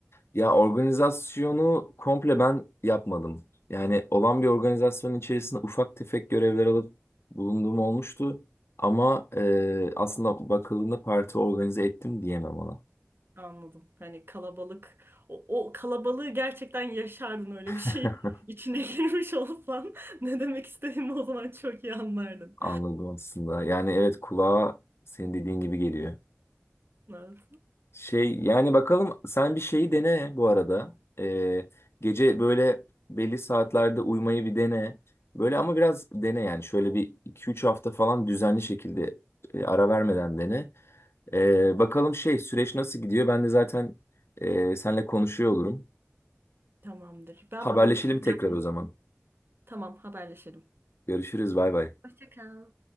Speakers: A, on the left; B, on the right.
A: Ya organizasyonu komple ben yapmadım. Yani olan bir organizasyonun içerisinde ufak tefek görevler alıp bulunduğum olmuştu. Ama e, aslında bakıldığında parti organize ettim diyemem ona.
B: Anladım. Hani kalabalık o, o kalabalığı gerçekten yaşardın öyle
A: <laughs>
B: bir şey içine <laughs> girmiş olsan ne demek istediğimi o zaman çok iyi anlardın.
A: Anladım aslında. Yani evet kulağa senin dediğin gibi geliyor.
B: Evet.
A: Şey yani bakalım sen bir şeyi dene bu arada. Ee, gece böyle belli saatlerde uyumayı bir dene. Böyle ama biraz dene yani şöyle bir iki üç hafta falan düzenli şekilde e, ara vermeden dene. Ee, bakalım şey süreç nasıl gidiyor? Ben de zaten e, seninle konuşuyor olurum.
B: Tamamdır. Ben
A: Haberleşelim
B: bu...
A: tekrar
B: Yani,
A: o zaman.
B: tamam haberleşelim.
A: Görüşürüz. Bay bay.
B: Hoşça kal.